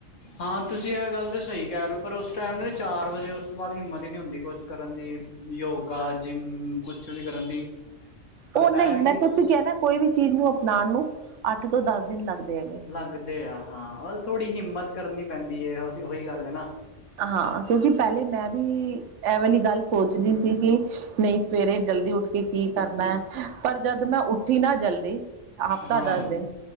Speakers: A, on the left; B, on the right.
A: ਹਾਂ ਤੁਸੀਂ ਐ ਗੱਲ ਤਾਂ ਸਈ ਕੈ ਰਏ ਓ ਪਰ ਉਸ ਟੈਮ ਦੇ ਚਾਰ ਵਜੇ ਉਸ ਤੋਂ ਬਾਦ ਹਿੰਮਤ ਈ ਨੀ ਹੁੰਦੀ ਕੁਛ ਕਰਨ ਦੀ। ਯੋਗਾ, ਜਿੰਮ ਕੁਛ ਵੀ ਕਰਨ ਦੀ। ਪਰ
B: ਓ
A: ਇਹ
B: ਨਈਂ
A: ਹੈ
B: ਮੈਂ
A: ਕਿ
B: ਤੁਸੀਂ ਕੈਨਾ ਕੋਈ ਵੀ ਚੀਜ਼ ਨੂੰ ਅਪਨਾਨ ਨੂੰ ਅੱਠ ਤੋਂ ਦਸ ਦਿਨ ਲੱਗਦੇ ਹੈਗੇ।
A: ਲੱਗਦੇ ਆ ਹਾਂ ਓ ਥੋੜੀ ਹਿੰਮਤ ਕਰਨੀ ਪੈਂਦੀ ਐ ਓਈ ਗੱਲ ਐ ਨਾ।
B: ਹਾਂ ਕਿਓਂਕਿ ਪੈਲੇ ਮੈਂ ਵੀ ਐ ਵਾਲੀ ਗੱਲ ਸੋਚਦੀ ਸੀ ਕੇ ਨਈ ਸਵੇਰੇ ਜਲਦੀ ਉੱਠ ਕੇ ਕੀ ਕਰਨਾ ਐ ਪਰ ਜਦ ਮੈਂ ਉੱਠ ਉੱਠੀ ਨਾ ਜਲਦੀ, ਹਫ਼ਤਾ
A: ਹਾਂ
B: ਦਸ ਦਿਨ